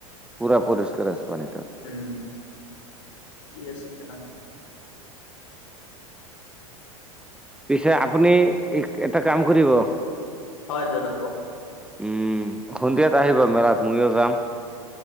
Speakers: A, in the centre; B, on the left (about 65°).
A: পুৰা পৰিষ্কাৰ আছে পানী তাত
B: উম ঠিকেই আছে তেনেহ'লে
A: পিছে আপুনি এটা কাম কৰিব
B: হয় দাদা কওক
A: উম সন্ধিয়াত আহিব মেলাত ময়ো যাম